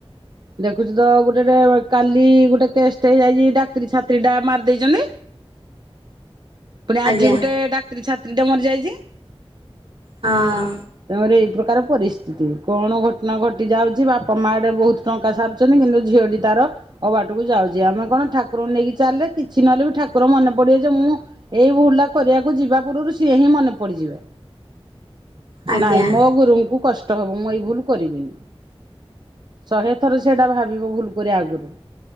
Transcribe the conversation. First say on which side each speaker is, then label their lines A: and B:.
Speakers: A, on the right; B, on the right.
A: ଦେଖୁଛୁ ତ ଗୋଟେ ଗେ କାଲି ଗୋଟେ କେସ୍ ଟେ ହେଇଯାଇଛି ଡାକ୍ତରୀ ଛାତ୍ରୀ ଟା ମାରି ଦେଇଛନ୍ତି। ପୁଣି ଆଜି
B: ଆଜ୍ଞା
A: ଗୋଟେ ଡାକ୍ତରୀ ଛାତ୍ରୀ ଟେ ମରି ଯାଇଛି।
B: ହଁ।
A: ତେମରି ଏଇ ପ୍ରକାର ପରିସ୍ଥିତି କଣ ଘଟଣା ଘଟି ଯାଉଛି ବାପା ମା ଆଡେ ବହୁତ ଟଙ୍କା ସାରୁଛନ୍ତି କିନ୍ତୁ ଝିଅଟି ତାର ଅ ବାଟକୁ ଯାଉଛି ଆମେ କଣ ଠାକୁରଙ୍କୁ ନେଇକି ଚାଲିଲେ କିଛି ନହେଲେ ବି ଠାକୁର ମନେ ପଡିବେ ଯେ ମୁଁ ଏଇ ଭୁଲ ଟା କରିବାକୁ ଯିବା ଗୁରୁରୁ ସିଏ ହିଁ ମନେ ପଡିଯିବେ।
B: ଆଜ୍ଞା
A: ନାଇଁ ମୋ ଗୁରୁଙ୍କୁ କଷ୍ ଟ ହେବ ମୁଁ ଏଇ ଭୁଲ କରିବିନି। ଶହେ ଥର ସେଇଟା ଭାବିବ ଭୁଲ କରି ଆଗରୁ।